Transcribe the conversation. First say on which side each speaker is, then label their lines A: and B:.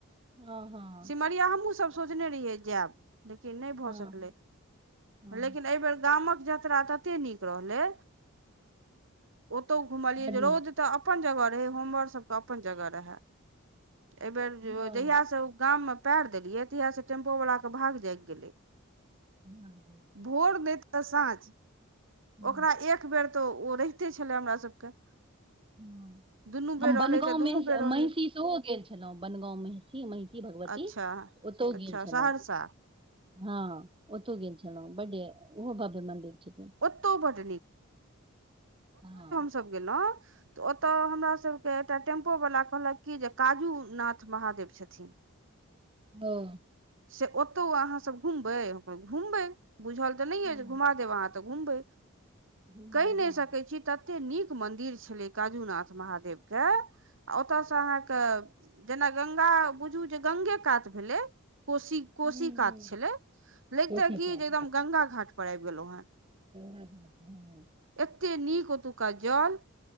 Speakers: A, on the right; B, on the right.
A: हँ हँ
B: सिमरिया हमहूँसभ सोचने रहियै जायब लेकिन नहि भऽ
A: हँ
B: सकलै
A: हँ हँ
B: लेकिन एहिबेर गामक यात्रा ततेक नीक रहलै ओतो घुमलिऐ
A: बड नीक
B: रौद तऽ अपन जगह रहै हमर सभके अपन जगह रहै एहिबेर
A: हँ
B: जहियासँ ओ गाममे पैर देल्ये तहिया से टेम्पु वला क भाग जाग गेले
A: भाग गेल।
B: भोर तऽ साँझ
A: ह
B: ओकरा एक बेर तऽ ओ रहिते छलै हमरा सभके
A: ह
B: दुनू
A: हम
B: बेर
A: बनगाँवमे
B: रहलै तऽ दुनू बेर रहलै
A: महिषी सेहो गेल छलहुँ बनगाँव महिषी महिषी भगवती
B: अच्छा
A: ओतहु गेल
B: अच्छा
A: छलो
B: सहरसा
A: हँ ओतौ गेल छलो ने बड ओहो भाब्य मन्दिर छथिन
B: ओतौ बड्ड
A: हँ
B: सब गेलो ओतय हमरा सब के एकटा टेम्पो वला कहलक की जे काजू नाथ महादेव छथिन
A: हँ
B: से ओतौ अहाँ सब घुमबै घुमबै बुझल तऽ नहि य
A: हँ
B: घुमा देब अहाँ त घूमबे
A: घुमबै
B: कैध्य नय
A: हँ
B: सकै छी तते नीक मंदिर छलै काजूनाथ महादेव के आ ओतय से अहाँके जेना गंगा बुझू जे गंगो कात भेलै कोशी कोशी
A: हूँ
B: कात
A: हूँ
B: छलै लगिते
A: कोशी
B: की
A: कात
B: जे एकदम गंगा घाट पर आबि गेलहु हेँ
A: ह ह हँ
B: एतेक नीक ओतुका जल